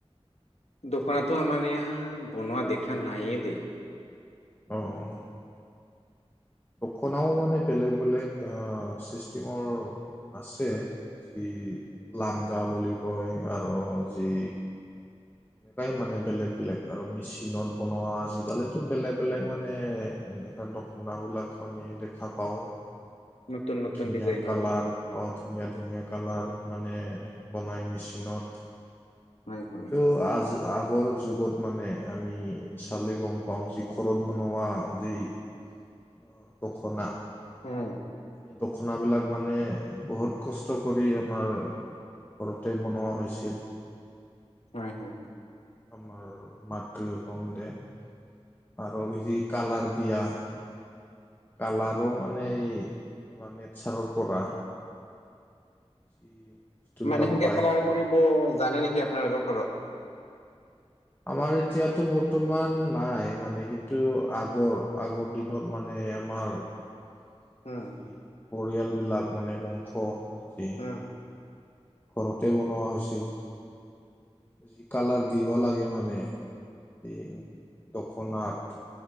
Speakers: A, on the left; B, on the left.
A: দোকানতো আমাৰ ইয়াত বনোৱা দেখা নায়ে দেই।
B: অহ। দখনাও মানে বেলেগ বেলেগ অ ছিষ্টেমৰ আছে। যি লাংগা বুলি কয় আৰু যি এনেকাই মানে বেলেগ বেলেগ আৰু মেচিনত বনোৱা আজিকালিটো বেলেগ বেলেগ মানে এনে এয়া দখনাবিলাক আমি দেখা পাওঁ,
A: নতুন
B: ধুনীয়া
A: নতুন
B: ধুনীয়া
A: ডিজাইনৰ।
B: কালাৰ। অঁ, ধুনীয়া ধুনীয়া কালাৰ মানে বনায় মানে মেচিনত।
A: হয়, হয়।
B: টো আজ আগৰ যুগত মানে আমি চালে গম পাওঁ, যি ঘৰত বনোৱা যি অ দখনা।
A: উম,
B: এই দখনাবিলাক মানে, বহুত কষ্ট কৰি আমাৰ ঘৰতে বনোৱা হৈছিল।
A: হয় হয়।
B: আমাৰ মাতৃ <unintelligible> আৰু বেছি কালাৰ দিয়া কালাৰো মানে এই, আমাৰ নেটচাৰৰ পৰা। যি বস্তুবিলাক
A: মানে হেনেকে
B: পায়
A: কালাৰ কৰিব জানে নেকি আপোনালোকৰ ঘৰত?
B: আমাৰ এতিয়াতো বৰ্তমান নাই মানে কিন্তু, আগৰ আগৰ দিনত মানে আমাৰ যি
A: উম,
B: পৰিয়ালবিলাক মানে বংশ যি
A: অঁ।
B: ঘৰতে বনোৱা হৈছিল। যি, কালাৰ দিবা লাগে মানে এই দখনাত